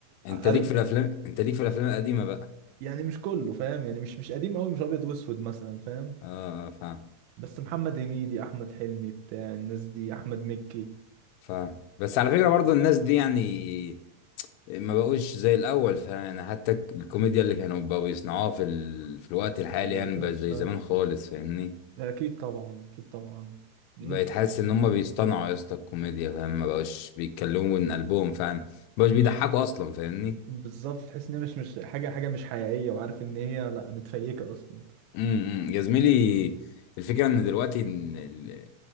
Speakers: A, on the left (about 85°); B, on the right (about 75°).
A: انت
B: عارف
A: ليك في الافلام انت ليك في الافلام القديمه بقى
B: يعني مش كله فاهم يعني مش مش قديم قوي مش ابيض واسود مثلا فاهم
A: اه فاهم
B: بس محمد هنيدي احمد حلمي بتاع الناس دي احمد مكي
A: فاهم بس على فكره برضو الناس دي يعني ما بقوش زي الاول فاهم يعني حتى الكوميديا اللي كانوا بقوا بيصنعوها في ال... في الوقت الحالي
B: في الوقت
A: يعني
B: ده
A: بقى زي
B: آه.
A: زمان خالص فاهمني
B: اكيد طبعا اكيد طبعا الناس
A: بقيت حاسس ان هم بيصطنعوا يا اسطى الكوميديا فاهم ما بقوش بيتكلموا من قلبهم فاهم ما بقوش بيضحكوا
B: مش
A: اصلا فاهمني
B: بالظبط تحس ان هي مش مش حاجه حاجه مش حقيقيه وعارف ان هي لا متفيكه اصلا
A: امم امم. يا زميلي الفكره ان دلوقتي إن ال-